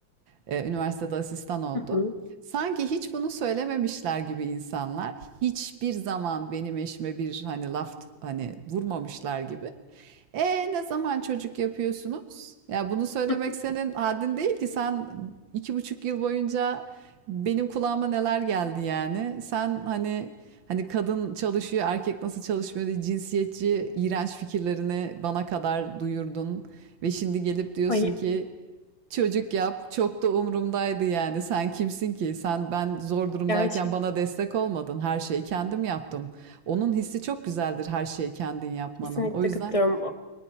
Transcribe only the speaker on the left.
Hı hı.
<laughs>
Ay
gerçekten.
Kesinlikle
katılıyorum.